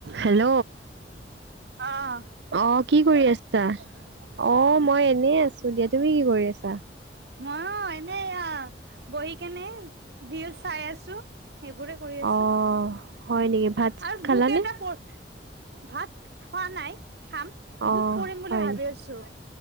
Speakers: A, on the right; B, on the right.
A: Hello.
B: অ',
A: অঁ কি কৰি আছা? অ' মই এনেই আছো দিয়া। তুমি কি কৰি আছা?
B: মইয়ো এনে এইয়া বহি কেনে ৰিলিছ চাই আছোঁ। সেইবোৰে কৰি আছো
A: অহ হয় নেকি? ভাত চাত
B: আৰু
A: খালানে
B: বোক এটা পৰ, ভাত খোৱা নাই খাম।
A: অঁ
B: বুক পঢ়িম বুলি
A: হয়
B: ভাবি
A: নেকি
B: আছোঁ,